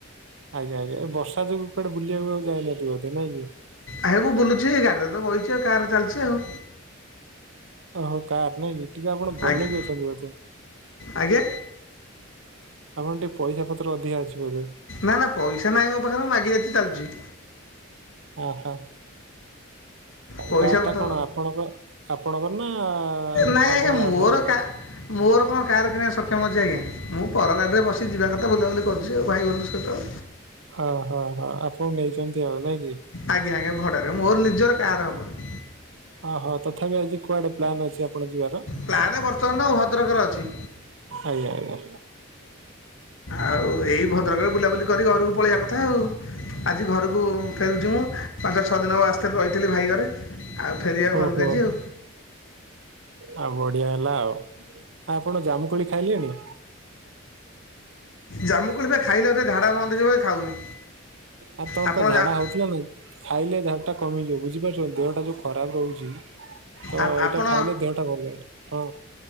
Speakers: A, on the right (about 65°); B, on the left (about 70°).
A: ଆଜ୍ଞା! ଆଜ୍ଞା। ଏ ବର୍ଷା ଯୋଗୁ କୁଆଡେ ବୁଲିବାକୁ ଆଉ ଯାଇନଥିବେ। ନାଇଁ କି
B: ଆ ମୁଁ ବୁଲୁଛି ଏଇ ଗାଡିରେ ତ ବଇଚି ଆଉ କାର ଚାଲିଚି ଆଉ
A: ଓହୋ! କାର୍ ନାଇଁ ଟିକେ ଆପଣ ବଡ଼
B: ଆଜ୍ଞା
A: ଲୋକିି ଅଛନ୍ତି ବୋଧେ।
B: ଆଜ୍ଞା
A: ଆପଣଙ୍କ ଟିକେ ପଇସା ପତ୍ର ଅଧିକା ଅଛି ବୋଧେ।
B: ନା ନା ପଇସା ନାହିଁ ମୋ ପାଖରେ ମୁଁ ମାଗି ଯାଚି ଚାଲୁଚି।
A: ଓହୋ!
B: ପଇସା
A: କାର୍ ଟା
B: ପତ୍ର
A: କଣ ଆପଣ ଆପଣଙ୍କର ନା
B: ନାହିଁ
A: ଆପଣଙ୍କ
B: ଆଜ୍ଞା ମୋର
A: ଦାଦାର?
B: କା ମୋର କଣ କାର୍ କିଣିବା ସକ୍ଷମ ଅଛି ଆଜ୍ଞା ମୁଁ ପର ଗାଡ଼ିରେ ବସି ଯିବା କଥା ବୁଲାବୁଲି କରିୁଛି ଆଉ ଭାଇ ବନ୍ଧୁ ସହିତ।
A: ହଁ-ହଁ-ହଁ ଆପଣ ନେଇଚନ୍ତି ଆଉ ନାଇଁ କି?
B: ଆଜ୍ଞା ଆଜ୍ଞା ଭଡାରେ ମୋର ନିଜର କାର୍ ହବନି।
A: ଓହୋ। ତଥାପି ଆଜି କୁଆଡେ ପ୍ଲାନ୍ ଅଛି ଆପଣ ଯିବାର?
B: ପ୍ଲାନ୍ ବର୍ତ୍ତମାନ ଭଦ୍ରକରେ ଅଛି।
A: ଆଜ୍ଞା ଆଜ୍ଞା,
B: ଆଉ ଏଇ ଭଦ୍ରକରେ ବୁଲାବୁଲି କରି ଘରକୁ ପଳେଇବା କଥା ଆଉ। ଆଜି ଘରକୁ ଫେରୁଛି ମୁଁ। ପାଞ୍ଚ ଛଅ ଦିନ ହେବ ଆସିଥିଲି ଭାଇ ଘରେ ଆଉ ଫେରିବା
A: ଓହୋ
B: ଘରକୁ ଆଜି ଆଉ।
A: ଆଉ ବଢିଆ ହେଲା ଆଉ। ଆପଣ ଜାମୁକୋଳି ଖାଇଲେଣି?
B: ଜାମୁକୋଳି ବା ଖାଇଲେ ମତେ ଝାଡ଼ା ବନ୍ଦ ହେଇଯିବ ଖାଉନି।
A: ଆ ତମର
B: ଆପଣ
A: ତ ଝାଡା
B: ଯା-
A: ହଉ ହେଲା ନାଇ ଖାଇଲେ ଝାଡାଟା କମିଯିବ। ବୁଝିପାରୁଛନ୍ତି ଦେହଟା ଯୋଉ ଖରାପ ରହୁଛି। ତ
B: ଆ-
A: ଏଇଟା
B: ଆପଣ
A: ଖାଇଲେ ଦେହଟା ଭଲ ହଁ।